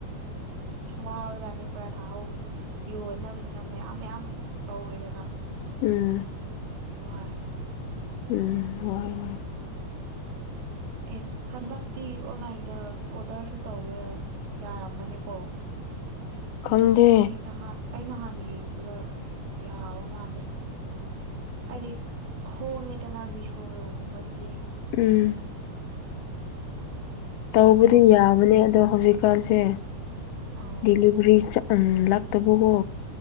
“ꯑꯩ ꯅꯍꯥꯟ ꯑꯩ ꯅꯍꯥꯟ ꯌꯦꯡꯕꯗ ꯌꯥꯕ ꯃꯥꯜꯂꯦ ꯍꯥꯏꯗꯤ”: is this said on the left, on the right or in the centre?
Right